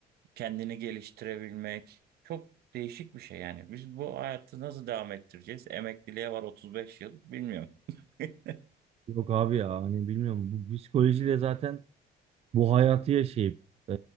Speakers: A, on the right (about 70°); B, on the right (about 35°).
A: kendini geliştirebilmek çok değişik bir şey yani. Biz bu hayatı nasıl devam ettireceğiz? Emekliliğe var 35 yıl bilmiyorum. <laughs>
B: Yok abi ya hani bilmiyorum bu psikolojiyle zaten bu hayatı yaşayıp e,